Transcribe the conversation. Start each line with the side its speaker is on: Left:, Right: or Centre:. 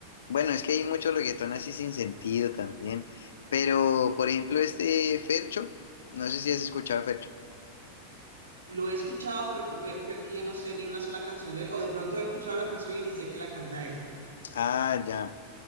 Left: bueno, es que hay muchos reggaetón así sin sentido también. Pero, por ejemplo, este Fercho, no sé si has escuchado a Fercho.
Right: Lo he escuchado, pero tú puedes creer que yo no sé ni una sola canción de él, o de pronto he escuchado la canción y ni sé que la canta él.
Left: Ah, ya.